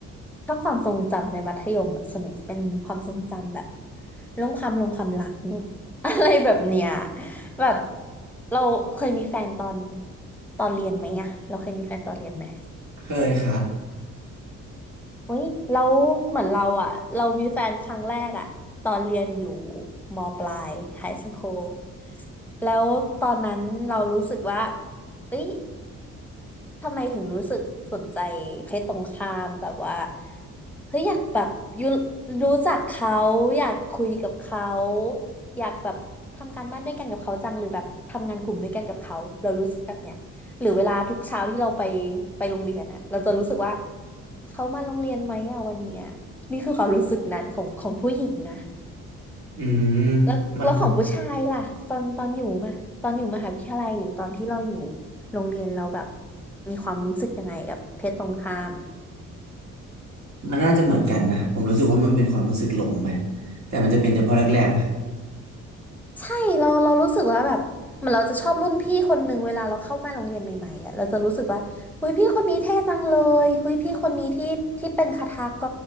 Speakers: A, in the centre; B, on the right.
A: ชอบความทรงจำในมัธยมอะส่วนใหญ่จะเป็นความทรงจำแบบเรื่องความลงความรักเนอะ <laughs> อะไรแบบเนี้ยแบบเราเคยมีแฟนตอนตอนเรียนไหมอะเราเคยมีแฟนตอนเรียนไหม
B: เคยครับ
A: อุ้ยเราเหมือนเราอะเรามีแฟนครั้งแรกอะตอนเรียนอยู่มปลายไฮสคูลแล้วตอนนั้นเรารู้สึกว่าเอ้ย ทำไมถึงรู้สึกสนใจเพศตรงข้ามแบบว่าเฮ้ยอยากแบบยูรู้จักเขาอยากคุยกับเขาอยากแบบทำการบ้านด้วยกันกับเขาจังหรือแบบทำงานกลุ่มด้วยกันกับเขาเรารู้สึกแบบเนี้ยหรือเวลาทุกเช้าที่เราไปไปโรงเรียนอะเราจะรู้สึกว่าเขามาโรงเรียนไหมอะวันเนี้ยนี่คือความรู้สึกนั้นของของผู้หญิงนะ
B: อืม
A: แล้วแล้วของผู้ชายล่ะตอนตอนอยู่มาตอนอยู่มหาวิทยาลัยหรือตอนที่เราอยู่
B: มัน
A: โรงเรียนเราแบบมีความรู้สึกยังไงกับเพศตรงข้าม
B: มันน่าจะเหมือนกันนะผมรู้สึกว่ามันเป็นความรู้สึกหลงไหมแต่มันจะเป็นเฉพาะแรกๆป่ะ
A: ใช่เราเรารู้สึกว่าแบบเหมือนเราจะชอบรุ่นพี่คนหนึ่งเวลาเราเข้ามาโรงเรียนใหม่ๆอ่ะเราจะรู้สึกว่าหุยพี่คนนี้เท่จังเลยหุยพี่คนนี้ที่ที่เป็นคทาก